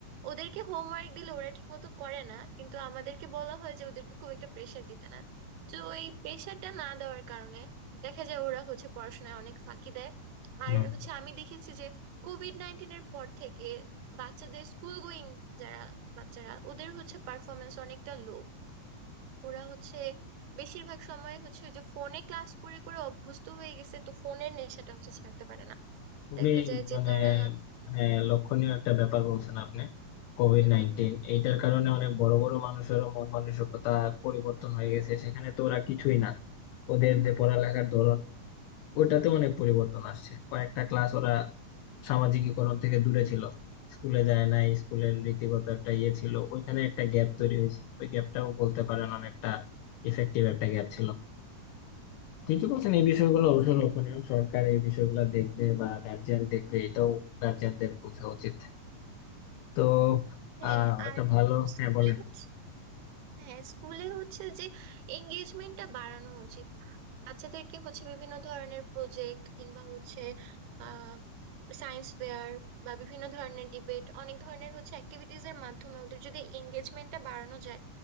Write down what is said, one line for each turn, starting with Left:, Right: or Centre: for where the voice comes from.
Right: ওদেরকে হোমওয়ার্ক দিলে ওরা ঠিক মতো করে না কিন্তু আমাদেরকে বলা হয় যে ওদেরকে খুব একটা প্রেশার দিতে না তো এই প্রেশারটা না দেওয়ার কারণে দেখা যায় ওরা হচ্ছে পড়াশোনায় অনেক ফাঁকি দেয় আর
Left: হুম।
Right: হচ্ছে আমি দেখেছি যে কোভিড নাইন্টিনের পর থেকে বাচ্চাদের স্কুল গোয়িং যারা বাচ্চারা ওদের হচ্ছে পারফরমেন্স অনেকটা লো ওরা হচ্ছে বেশিরভাগ সময় হচ্ছে ওই যে ফোনে ক্লাস করে করে অভ্যস্ত হয়ে গেছে তো ফোনের নেশাটা হচ্ছে ছাড়তে পারে না
Left: খুবই
Right: দেখা যায় যে
Left: মানে
Right: তারা
Left: হ্যাঁ লক্ষণীয় একটা ব্যাপার বলছেন আপনি কোভিড
Right: হুম
Left: নাইনটিন
Right: হুম হুম।
Left: এইটার কারণে অনেক বড় বড় মানুষেরও মন মানসিকতা পরিবর্তন হয়ে গেছে সেখানে তো ওরা কিছুই না ওদের যে পড়ালেখার ধরন ওটাতে অনেক পরিবর্তন আসছে কয়েকটা ক্লাস ওরা সামাজিকীকরণ থেকে দূরে ছিল স্কুলে যায় না স্কুলের রীতিগত একটা ইয়ে ছিল ওইখানে একটা গ্যাপ তৈরি হয়েছে ওই গ্যাপটাও বলতে পারেন অনেকটা ইফেক্টিভ একটা গ্যাপ ছিল ঠিকই বলছেন এই বিষয়গুলো অবশ্য লক্ষণীয় সরকার এই বিষয়গুলো দেখবে বা গার্জিয়ান দেখবে এটাও গার্জিয়ানদের বোঝা উচিত তো
Right: হ্যাঁ
Left: আহ একটা
Right: আর
Left: ভালো
Right: স্কুলে
Left: হ্যাঁ বলেন
Right: হচ্ছে হ্যাঁ স্কুলে হচ্ছে যে এঙ্গেজমেন্টটা বাড়ানো উচিত বাচ্চাদেরকে হচ্ছে বিভিন্ন ধরনের প্রজেক্ট কিংবা হচ্ছে আহ সায়েন্স ফেয়ার বা বিভিন্ন ধরনের ডিবেট অনেক ধরনের হচ্ছে অ্যাক্টিভিটিজ এর মাধ্যমে ওদের যদি এঙ্গেজমেন্টটা বাড়ানো যায়